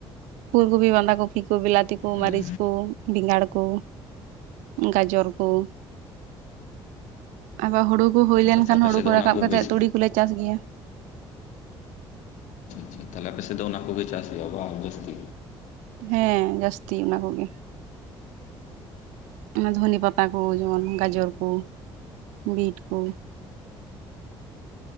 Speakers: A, on the right (about 75°); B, on the left (about 65°).
A: ᱯᱷᱩᱞ ᱠᱚᱯᱷᱤ ᱵᱟᱫᱷᱟ ᱠᱚᱯᱷᱤ ᱠᱚ ᱵᱤᱞᱞᱟᱛᱤ ᱠᱩ
B: ᱦᱮᱸ
A: ᱢᱟᱹᱨᱤᱪ ᱠᱩ ᱵᱮᱸᱜᱟᱲ ᱠᱩ ᱜᱟᱡᱚᱨ ᱠᱩ᱾ ᱟᱜᱟ ᱦᱩᱬᱩ ᱠᱚ ᱦᱩᱭ
B: ᱟᱪᱪᱷᱟ
A: ᱞᱮᱱᱠᱷᱟᱱ
B: ᱟᱪᱪᱷᱟ ᱟᱯᱮ
A: ᱦᱩᱬᱩ
B: ᱥᱮᱫ
A: ᱠᱚ
B: ᱫᱚ ᱚᱱᱟ
A: ᱨᱟᱠᱟᱵ ᱠᱟᱛᱮᱜ
B: ᱵᱮᱥ
A: ᱛᱩᱲᱤ ᱠᱚᱞᱮ ᱪᱟᱥ ᱜᱮᱭᱟ᱾
B: <unintelligible> ᱛᱟᱦᱞᱮ ᱟᱯᱮᱥᱮᱫ ᱫᱚ ᱚᱱᱟ ᱠᱚᱜᱮ ᱪᱟᱥ ᱦᱩᱭᱩᱜ-ᱟ ᱵᱟᱝ ᱡᱟᱹᱥᱛᱤ,
A: ᱦᱮᱸ ᱡᱟᱹᱥᱛᱤ ᱚᱱᱟᱠᱚᱜᱮ᱾ ᱚᱱᱟ ᱫᱷᱚᱱᱮᱹ ᱯᱟᱛᱟ ᱠᱚ ᱡᱮᱢᱚᱱ ᱜᱟᱡᱚᱨ ᱠᱩ ᱵᱤᱰ ᱠᱩ᱾